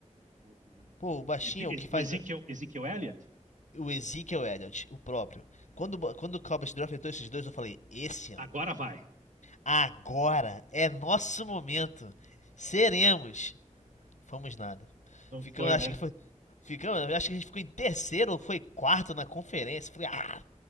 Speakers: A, on the right; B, on the left.
A: O
B: Pô, o baixinho,
A: Eze-
B: o que faz.
A: o Ezekiel,
B: a-
A: Ezekiel Elliott?
B: O Ezekiel Elliott, o próprio. Quando, quando o Cowboys draftou esses dois, eu falei: esse ano,
A: Agora vai.
B: agora é nosso momento. Seremos. Fomos nada.
A: Não
B: Ficamos,
A: foi,
B: acho
A: né?
B: que foi. Ficamos, acho que a gente ficou em terceiro ou foi quarto na conferência. Falei, ah,